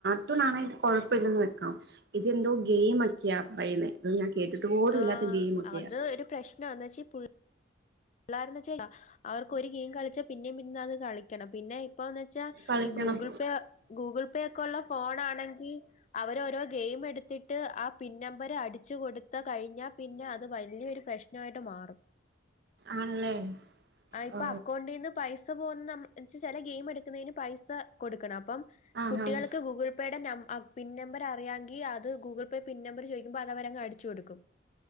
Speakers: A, on the right; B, on the left.
A: കാർട്ടൂണാങ്കിൽ കൊഴപ്പമില്ലന്ന് വെക്കാം ഇതെന്തോ ഗെയിമ് ഒക്കെയാ പറയുന്നത് ഞാൻ കേട്ടിട്ട് പോലും
B: ആ
A: ഇല്ലാത്ത ഗെയിം ഒക്കെയാ
B: അത് ഒരു പ്രശ്ന എന്ന് വച്ചാ പിള്ളാരന്ന് വെച്ച അവർക്ക് ഒരു ഗെയിം കളിച്ചാ പിന്നേ പിന്നേ അത് കളിക്കണം പിന്നെ ഇപ്പന്ന് വെച്ചാൽ
A: കളിക്കണം
B: ഈ ഗൂഗിൾ പേ ഗൂഗിൾ പേ ഒക്കെ ഉള്ള ഫോൺ ആണെങ്കി മ്മ് എടുത്തി ട്ട് ആ പിന്ന നമ്പര് അടിച്ചു കൊടുത്ത കഴിഞ്ഞാ പിന്നെ അത് വലിയൊരു പ്രശ്നമായിട്ട് മാറും
A: ആണല്ലേ
B: ആ ഇപ്പൊ
A: ഓ
B: അക്കൗണ്ടീന്ന് പൈസ ന്ന മ് ചെല ഗെയി എക്കുന്ന പൈസ കൊടുക്കണം അപ്പം
A: ആഹ്
B: കുട്ടികൾക്ക്
A: ആഹ്
B: ഗൂഗിൾ പേ ആ പിൻ നമ്പർ അറിയാങ്കി അത് ഗൂഗിൾ പേ പിൻ നമ്പർ ചോദിക്കുമ്പോ അതഅവരങ്ങ് അടിച്ചു കൊടുക്കും